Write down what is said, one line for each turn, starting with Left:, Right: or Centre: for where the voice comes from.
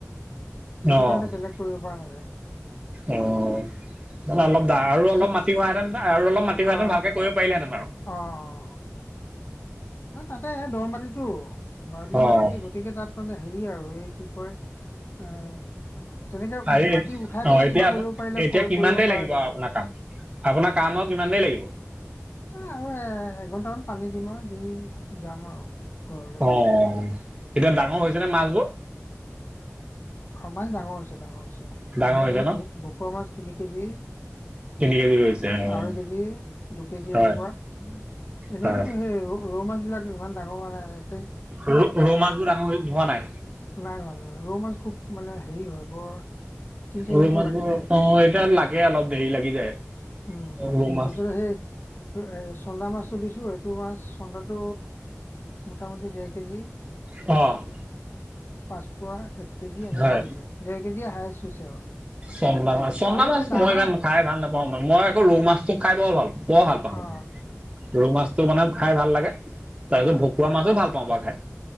Left: সেইটো
Right: অ
Left: কাৰণে বেলেগ কৰিব পৰা নাযায়।
Right: অ', মানে অলপ দা আৰু
Left: কৃষি
Right: অলপ মাি হোৱেতেন আৰু অলপ মাটি
Left: অ
Right: হোৱাহেতেন
Left: অ
Right: ভালকে কৰিব পাৰিলে হেঁতেন আৰু।
Left: অ', অ'। তাতে দ মাটিতটো বাৰলি
Right: অ',
Left: মাটি গতিকে তাত মানে হেৰি আৰু এই কি কয়? আ অ', তেনেকে
Right: আৰু
Left: উম, মাটি উঠাই
Right: অ',
Left: পেলাই
Right: এতিয়া
Left: কিবা
Right: আপ
Left: কৰিব পাৰিলে
Right: এতিয়া
Left: কৰিব
Right: কিমান দেৰি
Left: পৰা
Right: লাগিব
Left: যায়
Right: আপোনাৰ
Left: আৰু।
Right: কাম? আপোনাৰ কাম আৰু কিমান দেৰি লাগিব?
Left: এ আৰু এ এঘন্টামান পানী দিম আৰু দি যাম আৰু ঘৰত।
Right: অ', এতিয়া ডাঙৰ হৈছে নে মাছ বোৰ?
Left: অ', মাছ ডাঙৰ হৈছে - ডাঙৰ হৈছে
Right: ডাঙৰ
Left: মানে
Right: হৈছে
Left: সেই
Right: ন?
Left: ভোকুৱা মাছ তিনি কেজি
Right: তিনি কেজি হৈছে অ',
Left: আঢ়ৈ কেজি, দু কেজি
Right: হয়,
Left: এনেকুৱা। এনে
Right: হয়।
Left: কিন্তু সেই আৰু ৰৌ মাছবিলাক ইমান ডাঙৰ হোৱানাই।
Right: ৰৌ - ৰৌ মাছবোৰ ডাঙৰ হৈ হোৱা নাই?
Left: নাই হোৱা-নাই হোৱা, ৰৌ মাছ খুব মানে হেৰি হয় বৰ তিন চাৰি
Right: ৰৌমাছবোৰ
Left: বছৰ লাগি যায়
Right: এতিয়া লাগে অলপ দেৰি লাগি যায়।
Left: উম - উম
Right: ৰৌ মাছ
Left: তাৰপিছত সেই এ চন্দা মাছতটো দিছোঁ, এইটো মাছ চন্দাটো মোটামুটি দেৰ কেজি।
Right: অ'।
Left: পাচ পোৱা এক কেজি এনেকুৱা
Right: হয়।
Left: হৈছে। দেৰ কেজি হায়ষ্ট হৈছে আৰু।
Right: চন্দা মাছ - চন্দা
Left: ভাল হৈছে
Right: মাছ
Left: দানা
Right: মই ইমান খাই ভাল নাপাও মই, মই। আকৌ ৰৌ মাছটো খাই বৰ ভাল- বৰ ভাল পাওঁ।
Left: অ
Right: ৰৌ মাছটো মানে খাই ভাল লাগে। তাৰপিছত
Left: অ
Right: ভকুৱা মাছো ভাল পাওঁ বাৰু খাই।